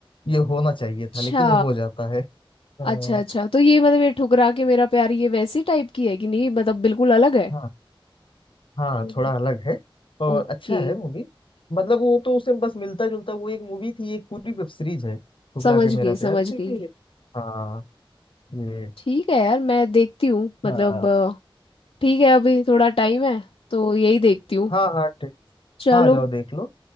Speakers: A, on the left; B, on the left.
A: ये होना चाहिए
B: अच्छा
A: था लेकिन वो हो जाता है अ,
B: अच्छा अच्छा तो ये मतलब ये ठुकरा के मेरा प्यार ये वैसी टाइप की है कि नहीं मतलब बिल्कुल अलग है
A: हाँ, हाँ
B: हम्म।
A: थोड़ा अलग है और
B: ओके
A: अच्छा है मूवी मतलब वो तो उससे बस मिलता जुलता वो एक मूवी थी एक पूरी वेब सीरीज है ठुकरा
B: समझ
A: के
B: गई
A: मेरा प्यार
B: समझ गई
A: तो ये हाँ ये
B: ठीक है यार मैं देखती हूँ मतलब
A: हाँ
B: अ, ठीक है अभी थोड़ा टाइम है तो यही देखती हूँ
A: हाँ हाँ ठीक
B: चलो
A: हाँ जाओ देख लो